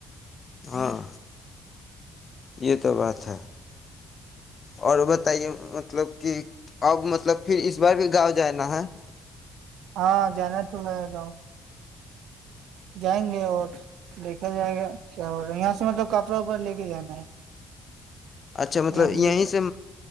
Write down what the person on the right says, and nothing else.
ہاں جانا تو ہے گاؤں جائیں گے اور دیکھا جائے گا کیا یہاں سے مطلب کپڑا وپڑا لے کے جانا ہے
یہاں
جتنا